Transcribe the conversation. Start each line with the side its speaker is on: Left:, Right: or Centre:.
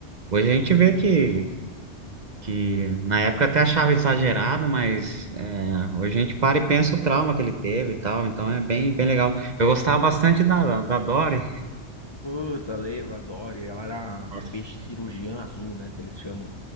Right: hoje a gente vê que, que na época até achava exagerado, mas é, hoje a gente para e pensa o trauma que ele teve e tal, então é bem, bem legal. Eu gostava bastante da, da Dory.
Left: Puta, lembro, adoro. E Ela era
Right: Nossa.
Left: peixe cirurgiã azul, né? Que eles chamam.